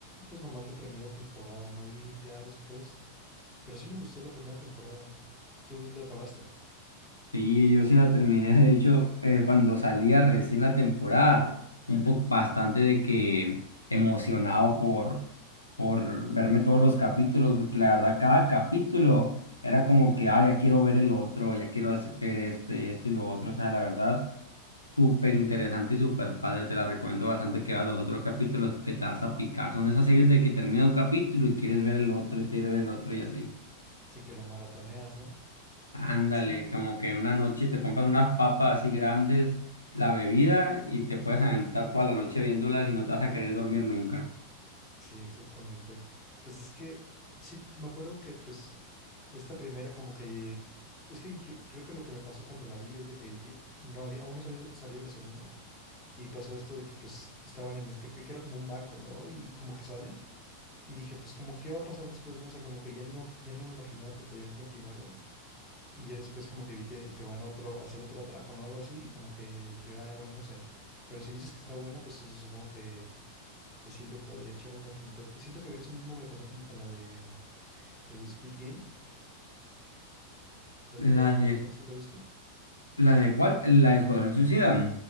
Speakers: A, on the left; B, on the left.
A: pues nomás la primera temporada, no vi ya después, pero sí me gustó la primera temporada. ¿Tú lo acabaste?
B: Sí, yo sí la terminé, de hecho, eh, cuando salía recién la temporada, un poco bastante de que emocionado por, por verme todos los capítulos, porque la verdad cada capítulo era como que, ah, ya quiero ver el otro, ya quiero hacer- ver este, este y lo otro, o sea, la verdad, súper interesante y súper padre, te la recomiendo bastante que veas los otros capítulos porque te vas a picar, son esas series de que termina un capítulo y quieres ver el otro y quieres ver el otro y así.
A: Sí que lo maratoneas, ¿no?
B: Ándale,
A: Sí,
B: como que una noche te compras unas papas así grandes, la bebida y te puedes aventar toda la noche viéndolas y no te vas a querer dormir nunca.
A: sí, exactamente. Pues es que, sí, me acuerdo que pues esta primera como que, es que yo creo que lo que me pasó cuando la vi es de que ye- no había, aún no se había salido la segunda y pasó esto de que pues estaban en este, que era como un banco, ¿no? Y como que salen y dije pues como qué va a pasar después, no sé, como que ya no, ya no me imaginaba que podían continuarla y ya después como que vi que, que van a otro, a hacer otro atraco, ¿no? Algo así y como que dije, ay, bueno, no sé. Pero si dices que está buena, pues supongo que que sí le podría echar un ojito. Te- Siento que eso mismo me pasó como con la de, la de Squid Game, la del
B: ¿La
A: juego de calamar,
B: de,
A: ¿sí la viste?
B: la de cuál? ¿La de Escuadrón Suicida?